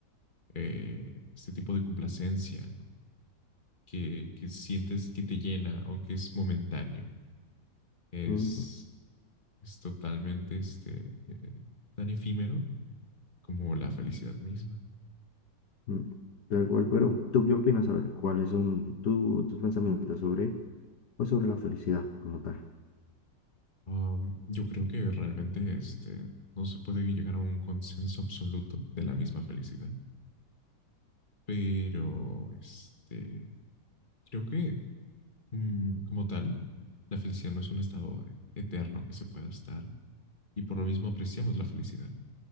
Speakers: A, on the left; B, on the left.
A: eh, este tipo de complacencia, ¿no? Que, que sientes que te llena, aunque es momentáneo. Es,
B: Ujú,
A: es totalmente este, eh, tan efímero como la felicidad misma.
B: ujú. Tal cual, pero ¿tú qué opinas? A ver, ¿cuáles son tu- tus pensamientos sobre, pues, sobre la felicidad como tal?
A: Um, yo creo que realmente este, no se puede llegar a un consenso absoluto de la misma felicidad, pero este, creo que mm, como tal, la felicidad no es un estado eterno que se pueda estar y por lo mismo apreciamos la felicidad.